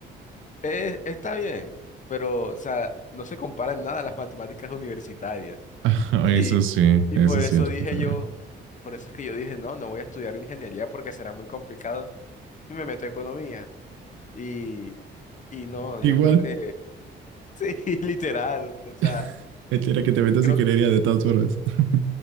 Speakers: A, on the left; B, on the right.
A: eh, está bien, pero, o sea, no se comparan nada a las matemáticas universitarias.
B: <laughs>
A: <laughs>
B: Eso
A: Y,
B: sí,
A: y
B: eso
A: por
B: es
A: eso
B: cierto
A: dije
B: también.
A: yo, por eso es que yo dije, no, no voy a estudiar ingeniería porque será muy complicado. Y me meto a economía. Y, y no,
B: Igual.
A: yo creo que, <laughs> sí, literal, o sea.
B: <laughs> Era que te metas
A: Creo
B: y querería de todas formas. <laughs>